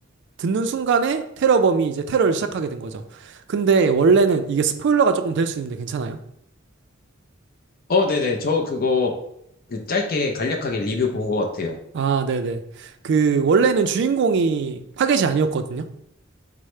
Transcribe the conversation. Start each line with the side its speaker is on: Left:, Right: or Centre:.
Right: 듣는 순간에 테러범이 이제 테러를 시작하게 된 거죠. 근데 원래는 이게 스포일러가 조금 될 수 있는데 괜찮아요?
Left: 어, 네네. 저 그거, 그 짧게 간략하게 리뷰 본 것 같아요.
Right: 아, 네네. 그, 원래는 주인공이 타겟이 아니었거든요.